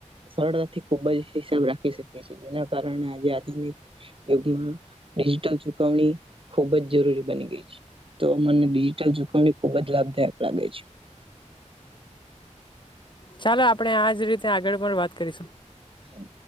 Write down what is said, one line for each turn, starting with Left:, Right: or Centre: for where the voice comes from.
Right: સરળતાથી ખૂબજ હિસાબ રાખી શકે છે એના કારણે અમે આજે આધુનિક યુગમાં ડિજીિટલ ચુકવણી ખુબજ જરૂરી બની ગઈ છે તો મને ડિજીટલ ચુ કવણી ખુબજ લાભદાયક લાગે છે.
Left: ચાલો આપણે આજ રીતે આગળ પણ વાત કરીશું.
Right: હમ